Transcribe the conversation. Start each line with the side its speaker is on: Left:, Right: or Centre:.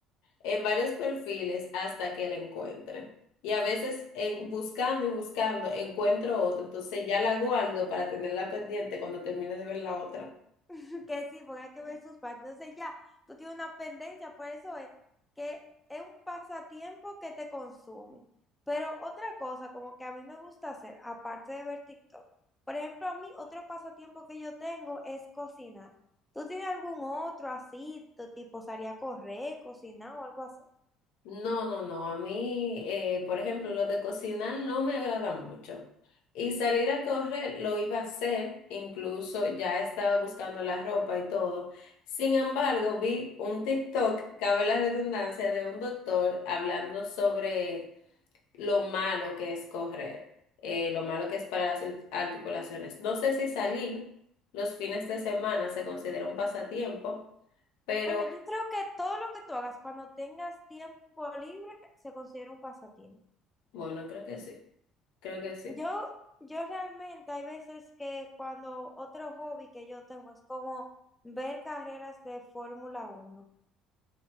Left: en varios perfiles hasta que la encuentre. Y a veces en, buscando y buscando encuentro otra, entonces ya la guardo para tenerla pendiente cuando termine de ver la otra.
Centre: <laughs> que sí, porque hay que ver sus partes. Entonces ya, tú tienes una pendencia, por eso es que es un pasatiempo que te consume. Pero otra cosa, como que a mí me gusta hacer, aparte de ver TikTok, por ejemplo, a mí otro pasatiempo que yo tengo es cocinar. ¿Tú tienes algún otro así, tu- tipo salir a correr, cocinar o algo así?
Left: No, no, no, a mí, eh, por ejemplo, lo de cocinar no me agrada mucho. Y salir a correr lo iba a hacer, incluso ya estaba buscando la ropa y todo. Sin embargo, vi un TikTok, cabe la redundancia, de un doctor hablando sobre lo malo que es correr, eh, lo malo que es para las art- articulaciones. No sé si salir los fines de semana se considera un pasatiempo, pero
Centre: Bueno, yo creo que todo lo que tú hagas cuando tengas tiempo libre se considera un pasatiempo.
Left: bueno, creo que sí, creo que sí,
Centre: Yo, yo realmente hay veces que cuando otro hobby que yo tengo es como ver carreras de Fórmula uno,